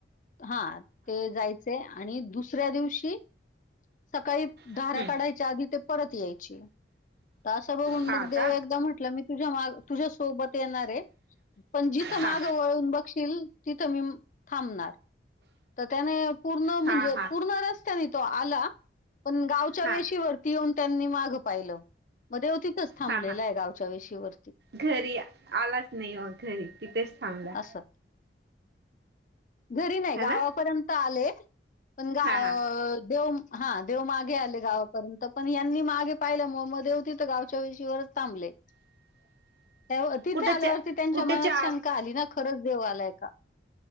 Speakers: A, on the left; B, on the right.
A: हा ते जाय ते आणि दुसऱ्या दिवशी सकाळी धारा
B: हम्म
A: काढायच्या आधी ते परत यायचे. तर असं बघून
B: हा
A: मग देव
B: का
A: एकदा म्हटलं मी तुझ्या माग तुझ्यासोबत येणार आहे. पण जिथं
B: हा
A: मागं वळून बघ माग बघशील तिथे मी थांबणार तर त्यांन पूर्ण
B: हा
A: म्हणजे
B: हा
A: पूर्ण रस्ता तो आला पण गावच्या
B: हा
A: वेशीवररती येऊन त्यांनी माग पाहिलं. म देव तिथच थांबलेलं
B: हा हा
A: आहे गावच्या वेशीवर.
B: घरी आलाच नाही वा घरी तिथेच थांबला.
A: असं घरी नाही
B: ह
A: गावापर्यंत
B: ना
A: आले पण गा-
B: हा हा
A: देव हा. देव मागे आले गावापर्यंत पण यांनी मागे पाहिलं मग मग देव तिथं गावच्या विषीवरच थबले.
B: <inaudible>
A: त्या तिथे
B: कुठे
A: आल्यावरती त्यांच्या
B: कुठे
A: मनात
B: चहा
A: शंका आली ना खरंच देव आलाय का?